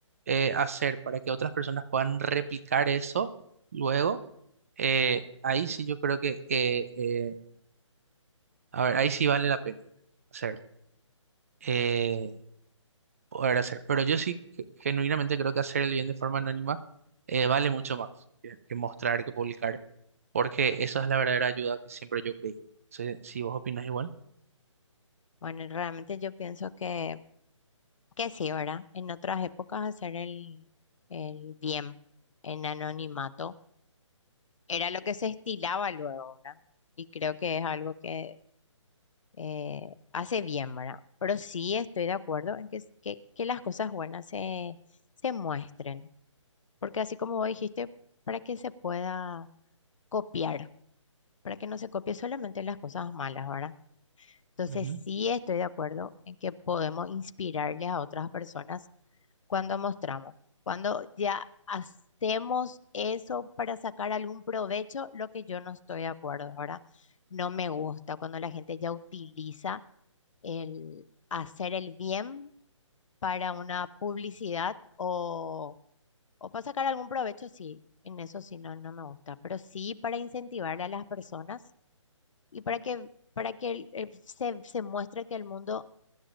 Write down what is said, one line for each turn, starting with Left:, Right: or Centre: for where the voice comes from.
Right: eh, hacer para que otras personas puedan replicar eso luego, eh, ahí sí yo creo que, que eh, a ver, ahí sí vale la pena hacerlo. Eh, poder hacer. Pero yo sí ge- genuinamente creo que hacer el bien de forma anónima eh, vale mucho más que, que mostrar, que publicar, porque eso es la verdadera ayuda que siempre yo creí. Si, si vos opinas igual.
Left: Bueno, realmente yo pienso que, que sí, ¿verdad? En otras épocas hacer el, el bien en anonimato era lo que se estilaba luego, ¿verdad? Y creo que es algo que eh, hace bien, ¿verdad? Pero sí estoy de acuerdo en que, s- que, que las cosas buenas se, se muestren, porque así como vos dijiste, para que se pueda copiar, para que no se copie solamente las cosas malas, ¿verdad? Entonces
Right: Ujú,
Left: sí estoy de acuerdo en que podemos inspirarles a otras personas cuando mostramos, cuando ya hacemos eso para sacar algún provecho, lo que yo no estoy de acuerdo, ¿verdad? No me gusta cuando la gente ya utiliza el hacer el bien para una publicidad o, o para sacar algún provecho, sí, en eso sí no, no me gusta, pero sí para incentivarle a las personas y para que, para que el- el- se, se muestre que el mundo